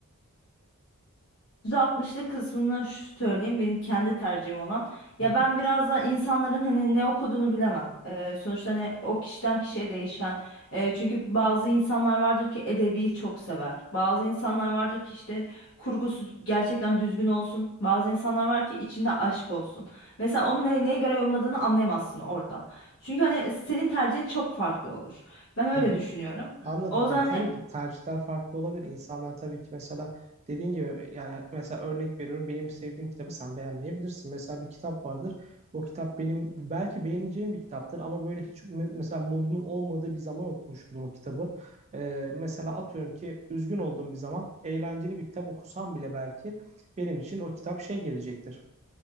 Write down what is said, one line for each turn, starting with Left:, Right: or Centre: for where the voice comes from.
Left: %60'lık kısmını şu söyleyeyim benim kendi tercihim olan. Ya
Right: Hı hı.
Left: ben biraz da insanların hani ne okuduğunu bilemem. Ee, sonuçta hani o kişiden kişiye değişen. Ee, çünkü bazı insanlar vardır ki edebiyi çok sever. Bazı insanlar vardır ki işte kurgusu gerçekten düzgün olsun. Bazı insanlar var ki içinde aşk olsun. Mesela onun ne- neye göre yorumladığını anlayamazsın orada. Çünkü hani senin tercihin çok farklı olur. Ben öyle
Right: Hı hı.
Left: düşünüyorum.
Right: Anladım.
Left: O zaman
Right: Ya tabii
Left: hani
Right: ki tercihler farklı olabilir. İnsanlar tabii ki mesela dediğin gibi yani mesela örnek veriyorum benim sevdiğim kitabı sen beğenmeyebilirsin. Mesela bir kitap vardır. O kitap benim belki beğeneceğim bir kitaptır ama böyle hiç me- mesela modumun olmadığı bir zaman okumuşumdur o kitabı. Ee, mesela atıyorum ki üzgün olduğum bir zaman eğlenceli bir kitap okusam bile belki benim için o kitap şey gelecektir